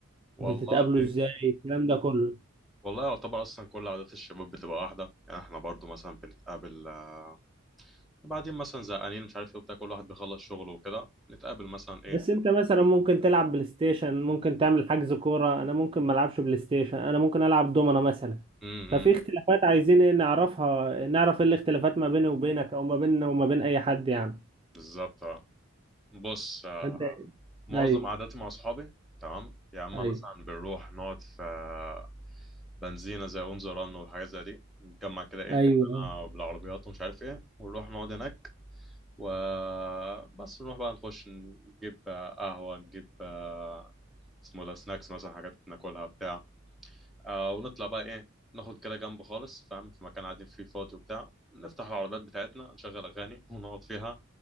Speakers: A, in the centre; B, on the right.
A: والله
B: بتتقابلوا ازاي الكلام ده كله
A: والله يعتبر اصلا كل عادات الشباب بتبقى واحده يعني احنا برضو مثلا بنتقابل آه، بعدين مثلا زهقانين مش عارف ايه وبتاع كل واحد بيخلص شغله وكده نتقابل مثلا ايه
B: بس انت مثلا ممكن تلعب بلاي ستيشن ممكن تعمل حجز كورة انا ممكن ما العبش بلاي ستيشن انا ممكن العب دومنا مثلا
A: امم
B: ففي اختلافات عايزين ايه نعرفها نعرف ايه الاختلافات ما بيني وبينك او ما بيننا وما بين اي حد يعني
A: بالظبط آه. بص آه،
B: انت
A: معظم
B: ايوه
A: عاداتي مع اصحابي تمام يا اما
B: ايوه
A: مثلا بنروح نقعد في آه، بنزينه زي اون ذا رن والحاجات زي دي نتجمع كده ايه
B: ايوه
A: كلنا
B: أيوة.
A: بالعربيات ومش عارف ايه ونروح نقعد هناك وبس نروح بقى نخش نجيب آه، قهوة نجيب آه، اسمه ده سناكس مثلا حاجات ناكلها بتاع آه، ونطلع بقى ايه ناخد كده جنب خالص فاهم في مكان قاعدين فيه فاضي وبتاع نفتح العربيات بتاعتنا نشغل أغاني ونقعد فيها